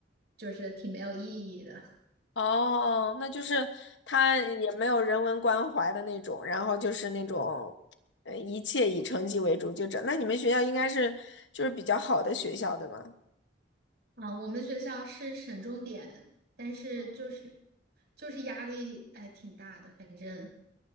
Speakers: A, on the right; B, on the left.
A: 就是挺没有意义的。
B: 哦，那就是他也没有人文关怀的那种，然后就是那种，呃，一切以成绩为主，就这。那你们学校应该是就是比较好的学校，对吗？
A: 啊，我们学校是省重点，但是就是就是压力哎挺大的，反正